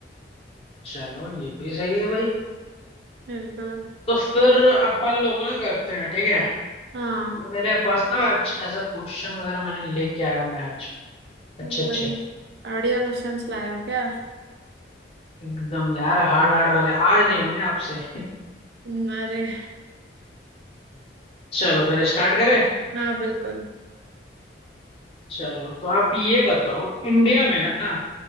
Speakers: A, on the left; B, on the right.
A: चलो ये भी सही है भाई
B: बिल्कुल
A: तो फिर अपन लोग ना करते हैं ठीक है
B: हाँ
A: क्योंकि मेरे पास ना आज ऐसा क्वेश्चन वगैरह मैंने लेके आया हूँ मैं आज अच्छे
B: बढ़िया
A: अच्छे
B: बढ़िया क्वेश्चंस लाए हो क्या
A: एकदम यार हार्ड हार्ड वाले आज नहीं होंगे आपसे <laughs>
B: हम्म, अरे
A: चलो फिर स्टार्ट करें
B: हाँ बिल्कुल
A: चलो तो आप ये बताओ इंडिया में ना